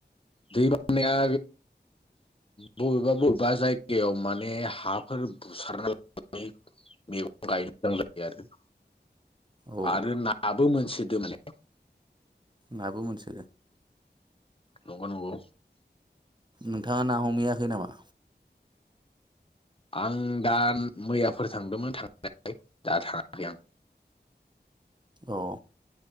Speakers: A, on the left; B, on the right.
A: दै बाननाया बबेबा बबेबा जायगायाव माने हाफोर बुसारनानै मैगं गायनो मोजां जायो आरो
B: औ
A: आरो नाबो मोन सोदो <inaudible> माने
B: नाबो मोनसो
A: नंगौ-नंगौ
B: नोंथाङा ना हमैयाखै नामा
A: आं दा मैयाफोर थांदोंमोन थांनाया दा थाङाखै आं।
B: अ